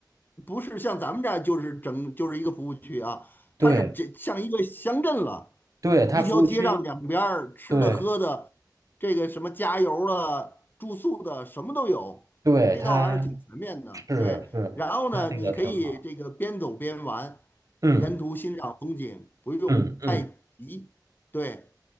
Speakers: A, on the left; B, on the right.
A: 不是像咱们这儿就是整就是一个服务区啊，
B: 对
A: 它是这像一个乡镇了，
B: 对，它服务区，
A: 一条街上两边儿吃的喝的，
B: 对
A: 这个什么加油了、住宿的什么都有，
B: 对，
A: 配套还是挺全面的。
B: 它是是它这个挺好，
A: 对，然后呢，你可以这个边走边玩，
B: 嗯
A: 沿途欣赏风景，不用太急。
B: 嗯嗯
A: 对，